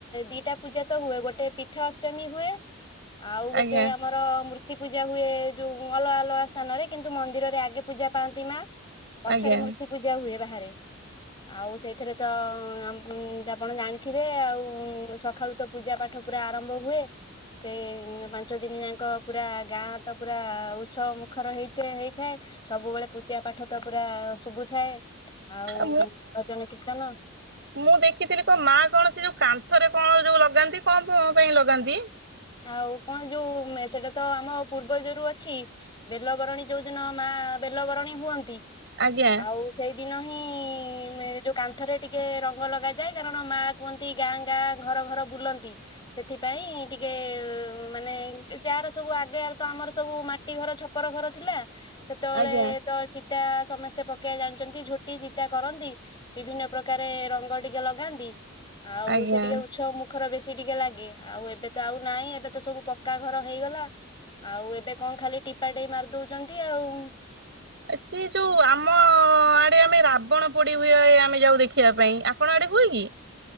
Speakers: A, on the left; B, on the right.
A: ଦି'ଟା ପୂଜା ତ ହୁଏ ଗୋଟେ ପୀଠା ଅଷ୍ଟମୀ ହୁଏ। ଆଉ ଗୋଟେ
B: ଆଜ୍ଞା
A: ଆମର ମୃ ତି ପୂଜା ହୁଏ ଯୋଉଁ ଅଲଗା ଅଲଗା ସ୍ଥାନରେ କିନ୍ତୁ ମନ୍ଦିରରେ ଆଗେ ପୂଜା ପାଆନ୍ତି ମା। ପଛରେ
B: ଆଜ୍ଞା
A: ମୂର୍ତ୍ତି ପୂଜା ହୁଏ। ବାହାରେ ଆଉ ସେଇଥିରେ ତ ଆମ ଆପଣ ଜାଣିଥିବେ ଆଉ ସକାଳୁ ତ ପୂଜା ପାଠ ପୁରା ଆରମ୍ଭ ହୁଏ। ସେଇ ପାଞ୍ଚ ଦିନ ଯାକ ପୁରା ଗାଁ ତ ପୁରା ଉତ୍ସବ ମୁଖର ହେଇ ହେଇଥାଏ। ସବୁବେଳେ ପୂଜା ପାଠ ତ ପୁରା ଶୁଭୁଥାଏ। ଆଉ
B: ଆ
A: ଭଜନ କୀର୍ତ୍ତନ
B: ମୁଁ ଦେଖିଥିଲି କୋଉଁ ମା କଣ ସେ ଯୋଉଁ କାନ୍ଥରେ କଣ ଯୋଉଁ ଲଗାନ୍ତି। କଣ ପାଇଁ ଲଗାନ୍ତି?
A: ଆଉ କଣ ଯୋଉଁ ସେଟା ତ ଆମ ପୂର୍ବଯୋରୁ ଅଛି ବେଲ ବରଣୀ ଯୋଉଁ ଦିନ ମା ବେଲବରଣୀ ହୁଅନ୍ତି।
B: ଆଜ୍ଞା
A: ଆଉ ସେଇ ଦିନ ହିଁ ଯୋଉଁ କାନ୍ଥରେ ଟିକେ ରଙ୍ଗ ଲଗାଯାଏ। କାରଣ ମା କୁହନ୍ତି ଗାଁ ଗାଁ ଘର ଘର ବୁଲନ୍ତି। ସେଥିପାଇଁ ଟିକେ ଟେ ମାନେ ଯାର ସବୁ ଆଗେ ତ ଆମର ସବୁ ମାଟି ଘର ଛପର ଘର ଥିଲା। ସେତେବେଳେ
B: ଆଜ୍ଞା।
A: ତଳେ ଚିତା ସମସ୍ତେ ପକେଇବା ଜାଣିଛନ୍ତି। ଝୋଟି ଚିତା କରନ୍ତି। ବିଭିନ୍ନ ପ୍ରକାର ରଙ୍ଗ ଟିକେ ଲଗାନ୍ତି। ଆଉ
B: ଆଜ୍ଞା।
A: ସେ ଟିକେ ଛ ମୁଖର ବେଶୀ ଟିକେ ଲାଗେ। ଆଉ ଏବେ ତ ଆଉ ନାଇଁ ଏବେ ତ ସବୁ ପକ୍କା ଘର ହେଇଗଲା। ଆଉ ଏବେ କଣ ଖାଲି ଟିପା ଟେଇ ମାରିଦଉଛନ୍ତି ଆଉ।
B: ସିଏ ଯୋଉଁ ଆମ ଆଡ଼େ ଆମେ ରାବଣ ପୋଡ଼ି ହୁଏ। ଆମେ ଯାଉଁ ଦେଖିବା ପାଇଁ ଆପଣ ଆଡ଼େ ହୁଏନି?